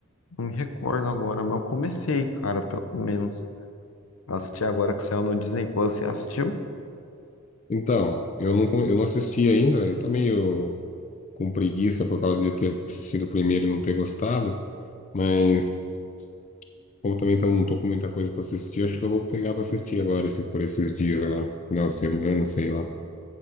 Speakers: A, on the left (about 70°); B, on the left (about 35°).
A: não me recordo agora, mas eu comecei, cara, pelo menos. Eu Assisti agora que saiu no Disney Plus, você assistiu?
B: Então, eu não, come- eu não assisti ainda, eu tô meio com preguiça por causa de ter assistido o primeiro e não ter gostado, mas como também tô- não tô com muita coisa para assistir, acho que eu vou pegar para assistir agora, esse, por esses dias agora, final de semana, sei lá.